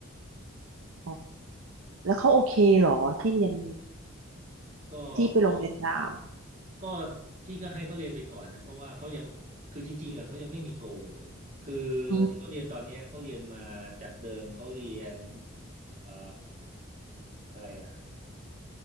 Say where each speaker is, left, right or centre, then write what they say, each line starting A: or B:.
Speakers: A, on the right; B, on the right.
A: อ๋อแล้วเขาโอเคเหรอที่เรียน
B: ก็เขา
A: ที่ไปโรงเรียนราม
B: ก็พี่ก็ให้เขาเรียนไปก่อนนะเพราะว่าเขายังคือจริงๆอ่ะเขายังไม่มีโกเลยคือ
A: อืม
B: ที่เขาเรียนตอนเนี้ยเขาเรียนมาจากเดิมเขาเรียนเอ่ออะไรอ่ะ